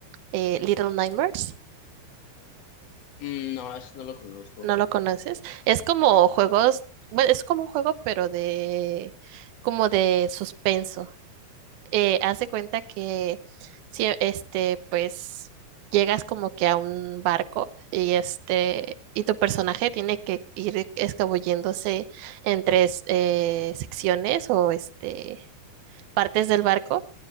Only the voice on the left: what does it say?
Mm, No, eso no lo conozco.